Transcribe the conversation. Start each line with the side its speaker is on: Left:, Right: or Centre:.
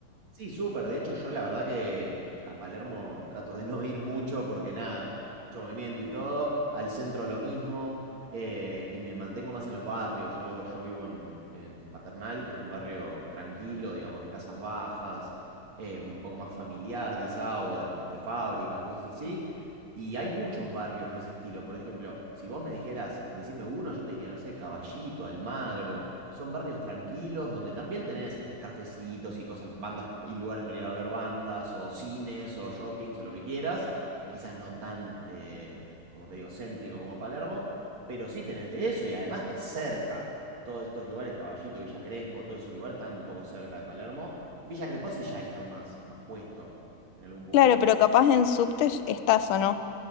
Right: Sí, súper. De hecho, yo la verdad que a Palermo trato de no ir mucho porque nada, mucha- mucho, movimiento y todo. Al centro lo mismo. eh, y me mantengo más en los barrios. Yo, yo vivo en, en Paternal, que es un barrio tranquilo, digamos, de casas bajas, eh, un poco más familiar quizá, o de de fábricas, cosas así. Y hay muchos barrios de ese estilo. Por ejemplo, si vos me dijeras, decime uno, yo te diría, no sé, Caballito, Almagro. Son barrios tranquilos donde también tenés cafecitos y cosas, bandas y lugares para ir a ver bandas, o cines, o shoppings, o lo que quieras. Quizás no tan, eh, como te digo, céntrico como Palermo, pero sí tenés de eso y además estás cerca. Todos estos lugares, Caballito, Villa Crespo, todos esos lugares están un poco cerca de Palermo. Villa Crespo sí ya está más, más puesto en algún punto.
Left: Claro, pero capaz en subte estás o no,